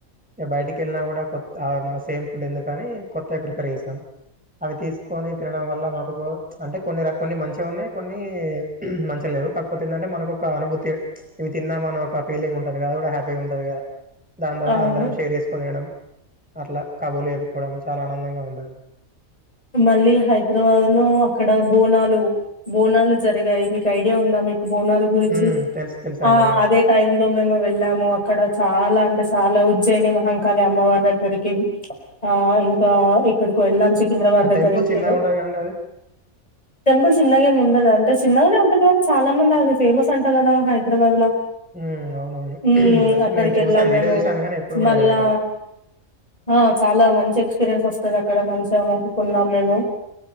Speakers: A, in the centre; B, on the left (about 25°).
A: టె బయటికి వెళ్ళినా కూడా కొత్ అ మన సేమ్ ఫుడ్ ఎందుకని కొత్తవి ప్రిపేర్ చేస్తాం, అవి తీసుకొని తినడం వల్ల మాకు అంటే కొన్ని ర కొన్ని మంచిగా ఉన్నాయి, కొన్ని మంచి లేవు. కాకపోతే ఏంటంటే మనకు ఒక అనుభూతి. తిన్నామన ఒక ఫీలింగ్ ఉంటంది కదా, అది కూడా హ్యాపీగా ఉంటుంది కదా. దాని ద్వారా
B: అవును
A: అందరం షేర్ చేసుకునేయడం అట్లా కబులు చెప్పుకోవడం చాలా ఆనందంగా ఉందండి.
B: మళ్ళీ హైదరాబాద్ లో అక్కడ బోనాలు, బోనాలు జరిగే మీకు ఐడియా ఉందా మీకు బోనాల గురించి,
A: ఉమ్ తెలుసు తెలుసు
B: ఆ
A: అండి అవునండి
B: అదే టైమ్ లో మేము వెళ్ళాము. అక్కడ చాలా ఇంకా చాలా ఉజ్జయిని మహంకాళి అమ్మవారిగ్గరికి ఆ ఇంకా ఎక్కడికకో ఎల్లం సికింద్రాబాద్
A: ఆ
B: దగ్గర
A: టెంపుల్
B: ఇంకేదో
A: చిన్నగా ఉంటది కదండి అది
B: టెంపుల్ చిన్నగా ఏం ఉండదు ఆ చిన్నగానే ఉంటది కాదా చాలా మంది అది ఫేమస్ అంట కదా హైదరాబాద్ లా
A: ఉమ్ అవునవును
B: హు
A: అంటే
B: అక్కడికి
A: నేను చూసాను
B: వెళ్ళాం మేము
A: వీడియో చూసాను కానీ ఎప్పుడు కూడా
B: మళ్ళా
A: వెళ్ళలే అక్కడికి
B: ఆ చాలా మంచి ఎక్స్పీరియన్స్ వస్తుంది అక్కడ మంచా కున్నాం మేము